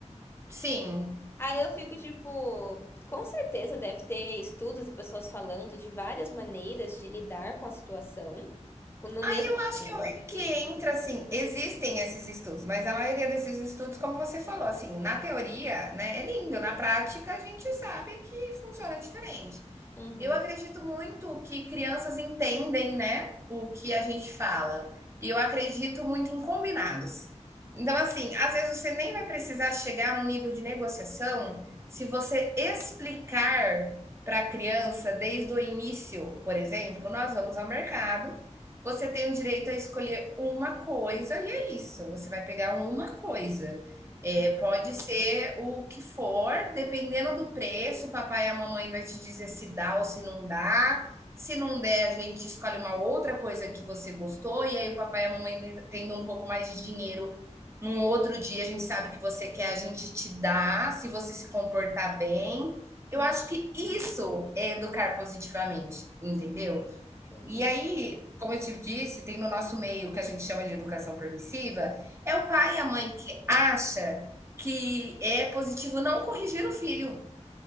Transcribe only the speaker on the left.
Aí eu fico tipo, com certeza deve ter estudos e pessoas falando de várias maneiras de lidar com a situação, com- no
mesmo
tema,
né? Tipo
isso.
Uhum,
hum,
hum,
entendi.